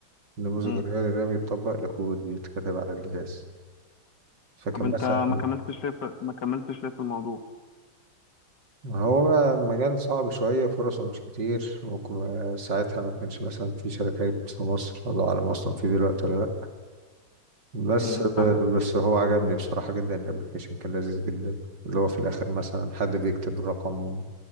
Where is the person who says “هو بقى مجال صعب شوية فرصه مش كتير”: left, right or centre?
Right